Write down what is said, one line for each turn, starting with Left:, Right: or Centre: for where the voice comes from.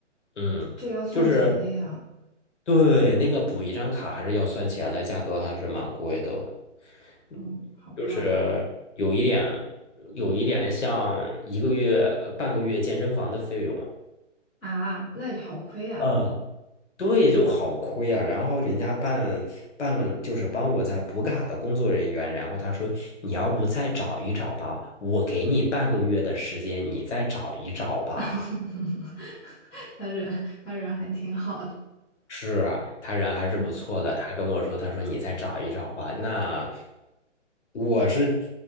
Left: 嗯，
Centre: 这要算钱的呀。
Left: 就是对那个补一张卡还是要算钱的，价格还是蛮贵的。
Centre: 哦，
Left: 嗯，
Centre: 好吧。
Left: 就是有一点，有一点像一个月、半个月健身房的费用。
Centre: 啊，那好亏啊。
Left: 嗯。对，就好亏啊。然后人家办办了，就是帮我在补卡的工作人员，然后他说你要不再找一找吧，我给你半个月的时间，你再找一找吧。
Centre: <laughs> 他人他人还挺好的，
Left: 是啊，他人还是不错的。
Centre: 嗯
Left: 他跟我说，他说你再找一找吧。那我是，